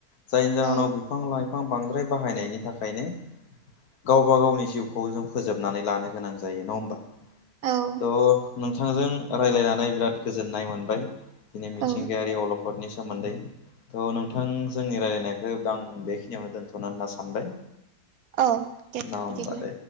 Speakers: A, on the left; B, on the right.
A: जायनि जाहोनाव
B: औ
A: बिफां लाइ फां बांद्राय बाहायनायनि थाखायनो गावबा गावनि जिउखौ जों फोजोबनानै लानो गोनां जायो नङा ओमबा
B: औ
A: थ' नोंथांजों रायलायनानै बिराद गोजोननाय मोनबाय दिनै मिथिंगायारि
B: औ
A: अलखदनि सोमोन्दै थ' नोंथां जोंनि रायलायनायखौ बां बेखिनियावनो दोनथ'नो होनना सानबाय
B: औ दे
A: ना होमबा
B: बिदिब्ला
A: दे